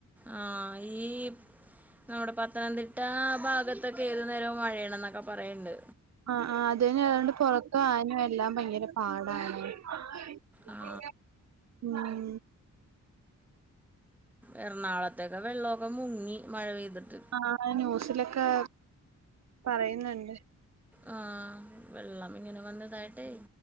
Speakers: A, in the centre; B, on the right.
A: ആ ഈ നമ്മുടെ <unintelligible> <unintelligible> ഭാഗത്തൊക്കെ ഏതു നേരവും മഴയണന്നൊക്കെ പറയണ്ട്.
B: ആ ആ <unintelligible> എല്ലാം ഭയങ്കര പാടാണ്. <inaudible>
A: ആ
B: ഉം
A: എറണാളത്തൊക്കെ വെള്ളമൊക്കെ മുങ്ങി മഴ പെയ്തിട്ട്
B: ആ ന്യൂസിലൊക്കെ പറയുന്നുണ്ട്
A: ആ വെള്ളം ഇങ്ങനെ വന്നിതായിട്ടേ